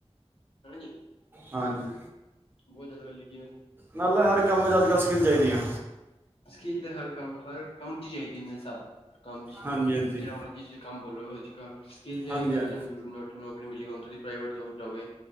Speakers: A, on the left; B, on the right.
A: ਹਾਂਜੀ,
B: ਹਾਂਜੀ,
A: ਬਹੁਤ ਜਾਦਾ ਵੈਲਯੂ
B: ਨਾਲ ਹਰ ਕੰਮ ਚ ਅੱਜ-ਕੱਲ ਸਕਿੱਲ ਚਾਹੀਦੀਆਂ।
A: ਸਕਿੱਲ ਤੇ ਹਰ ਕੰਮ ਹਰ ਕੰਮ ਚ ਚਾਹੀਦੀ ਮੇਰੇ ਸਾਭ ਨਾਲ ਕੰਮ ਚ
B: ਹਾਂਜੀ ਹਾਂਜੀ
A: ਜਿਹੜਾ ਮਰਜ਼ੀ ਤੁਸੀਂ ਕੰਮ ਬੋਲੋਗੇ ਗੱਲ ਸਕਿੱਲ ਚਾਹੀਦਾ
B: ਹਾਂਜੀ ਹਾਂਜੀ
A: ਜ ਨੋ ਨ <inaudible> ਜਿਵੇਂ ਹੁਣ ਤੁਸੀਂ ਪ੍ਰਾਈਵੇਟ ਜੋਬ ਚ ਆਓਗੇ